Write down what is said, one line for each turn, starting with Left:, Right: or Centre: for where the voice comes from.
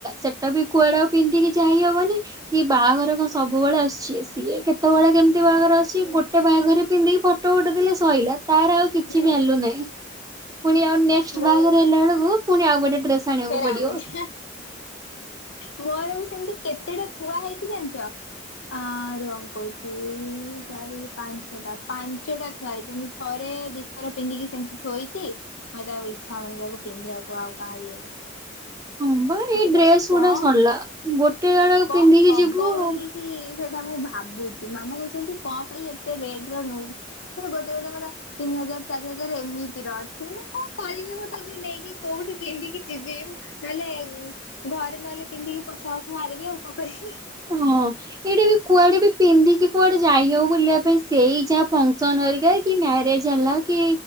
Right: ସେଟା ବି କୁଆଡେକୁ ପିନ୍ଧିକି ଯାଇ ହବନି କି ବାହାଘର କଣ ସବୁବେଳେ ଆସ ସି ସିଏ କେତେବେଳେ କେମିତି ବାଘର
Left: ସେ
Right: ଅଛି ଗୋଟେ ବାହାଘରେ ପିନ୍ଧିକି ଫଟୋ ଫୋଟ ଦେଲେ ସିଲା ତାର ଆଉ କିଛି
Left: ହୁଁ
Right: ବି ଆଲୁ ନାହିଁ ପୁଣି ଆଉ ନେକ୍
Left: ମୋ
Right: ବାରେ ହେଲା ବେଳକୁ ପୁଣି ଆଉ ଗୋଟେ ଡ୍ରେସ ଆଣିବାକୁ
Left: ଫେରେ
Right: ପଡିବ।
Left: ଆଉଗଡ ମୋର ବି ସେମିତି କେତେଟା ଥୁଆ ହେଇଛି ଜାଣିଛ ଆ ର ଆମ କହୁଛି ଚାରି ପାଞ୍ଚଟା ପାଞ୍ଚଟା ଥୁଆଇ ଯେମିତି ଥରେ ଥର ପିନ୍ଧିକି ସେମିତି ଥୋଇଛି ମତେ ଆଉ ଇଚଛା ହଉନି ତାକୁ ପିଧିବାକୁ ଆଉ କାହା ଇଏରେ
Right: ହଁ ବା ଏଇ
Left: ସେଟା
Right: ଡ୍ରେସ
Left: କଣ
Right: ଗୁଡା ସରିଲା ଗୋଟେ ଆଡେ
Left: କଣ
Right: ପିନ୍ଧିକି
Left: ହବ
Right: ଯିବୁ
Left: ବୋଲି ହ ସେଇଟା ମୁଁ ଭାବୁଛି ମାମା କହୁଛନ୍ତି କଣ ପାଇଁ ଏତେ ରେଟ ର ନଉଛି ସେ ଗୋଟେ ଗୋଟେୋର ତିନି ହଜାର ଚାରି ହଜାର ଏମିତିର ଅଛି ମାନେ କଣ କହିବି ମୁଁ ତାକୁ ନେଇକି କୋଉଠି ପିନ୍ିବି ଯିବି ନହେଲେ ଘରେ ନହେଲେ ପିନ୍ଧିକି ପୋଛା ବଛ ମାରିବି ଆଉ କଣ କରିକି
Right: ହଁ ଏଇଟି ବି କୁଆଡେ ବି ପିନ୍ଧିକି କୁଆଡେ ଯାଇ ହବ ବୁଲିବା ପାଇଁ ସେଇ ଯାହା ଫଙ୍କସନ ହରିକା କି ମ୍ୟାରେଜ ହେଲା କି